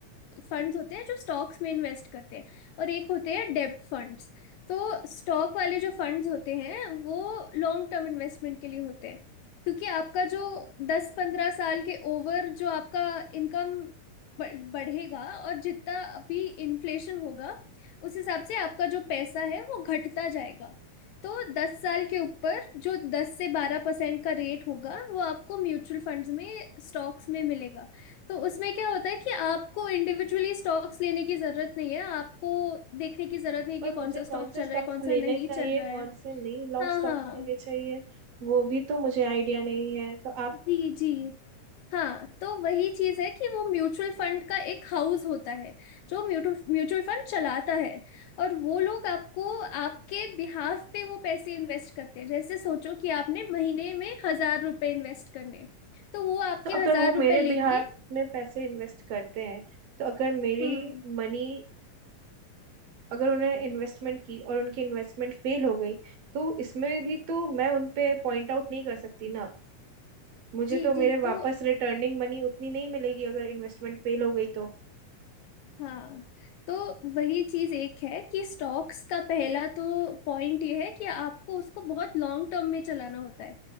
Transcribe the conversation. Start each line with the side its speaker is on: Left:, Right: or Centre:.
Left: फंड्स होते हैं जो स्टॉक्स में इन्वेस्ट करते हैं और एक होते हैं डेब्ट फंड्स तो स्टॉक वाले जो फंड्स होते हैं वो लॉन्ग टर्म इन्वेस्टमेंट के लिए होते हैं क्योंकि आपका जो दस पंद्रह साल के ओवर जो आपका इनकम बढ़ेगा और जितना अभी इन्फ्लेशन होगा उस हिसाब से आपका जो पैसा है वो घटता जाएगा तो दस साल के ऊपर जो दस से बारह परसेंट का रेट होगा वो आपको म्यूचुअल फंड्स में स्टॉक्स में मिलेगा तो उसमें क्या होता है कि आपको इंडिविजुअली स्टॉक्स लेने की जरूरत नहीं है आपको देखने की जरूरत नहीं है
Right: पर
Left: कि
Right: मुझे
Left: कौन सा
Right: कौन
Left: स्टॉक
Right: से
Left: चल
Right: स्टॉक्स
Left: रहा है कौन
Right: लेने
Left: सा नहीं
Right: चाहिए
Left: चल रहा है
Right: कौन से नहीं लॉन्ग
Left: हाँ
Right: स्टॉक्स
Left: हाँ
Right: लेने चाहिए वो भी तो मुझे आइडिया नहीं है तो आप
Left: जी जी हाँ तो वही चीज है कि वो म्यूचुअल फंड का एक हाउस होता है जो म्यूचुअल फंड चलाता है और वो लोग आपको आपके बिहाफ पे वो पैसे इन्वेस्ट करते हैं जैसे सोचो कि आपने महीने में हजार रुपए इन्वेस्ट करने तो वो आपके
Right: तो अगर
Left: हजार
Right: वो मेरे
Left: रुपए लेंगे
Right: बिहार में पैसे इन्वेस्ट करते हैं तो अगर मेरी
Left: हम्म
Right: मनी अगर उन्होंने इन्वेस्टमेंट की और उनकी इन्वेस्टमेंट फेल हो गई तो इसमें भी तो मैं उन पे पॉइंट आउट नहीं कर सकती ना मुझे
Left: जी
Right: तो मेरे
Left: जी
Right: वापस
Left: तो
Right: रिटर्निंग मनी उतनी नहीं मिलेगी अगर इन्वेस्टमेंट फेल हो गई तो
Left: हाँ तो वही चीज एक है कि स्टॉक्स का पहला तो पॉइंट ये है कि आपको उसको बहुत लॉन्ग टर्म में चलाना होता है